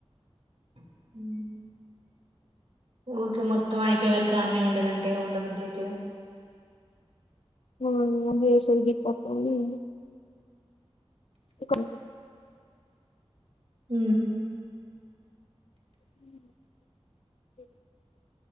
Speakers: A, on the right; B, on the left.
A: ఊ ఊకే మొత్తం అయిపోయేవరక అన్నీ ఉండాలంటే ఏమి ఉండబద్దు అయితే
B: ఆ ఆడ చేసేది గిత్తత్త అయినా ఒకరికి
A: ఊ
B: <inaudible>